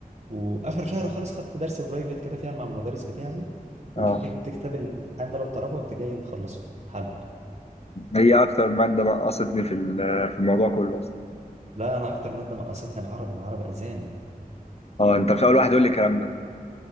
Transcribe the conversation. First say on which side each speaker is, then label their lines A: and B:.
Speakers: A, on the right; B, on the left.
A: واخر شهر خالص خدت درس برايفت كده فيها مع المدرس بتاعي
B: اه
A: وجبت كتاب الامتحان ده لو تعرفه قمت جاي مخلصه حل
B: هي اكتر ماده نقصتني في ال- في الموضوع كله اصلا
A: لا انا اكتر ماده نقصتني العربي العربي اذاني
B: اه انت مش اول واحد يقول لي الكلام ده